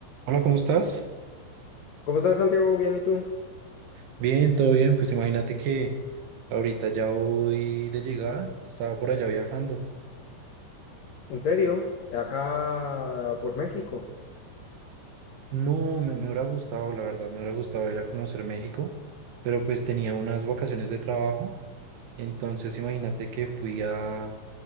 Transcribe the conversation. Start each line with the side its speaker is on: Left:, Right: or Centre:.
Right: Hola, ¿cómo estás?
Left: ¿Cómo estás, Santiago? Bien, ¿y tú?
Right: Bien, todo bien. Pues imagínate que ahorita ya voy de llegada, estaba por allá viajando.
Left: ¿En serio? Acá por México.
Right: No, me, me hubiera gustado, la verdad, me hubiera gustado ir a conocer México, pero pues tenía unas vacaciones de trabajo. Entonces imagínate que fui a,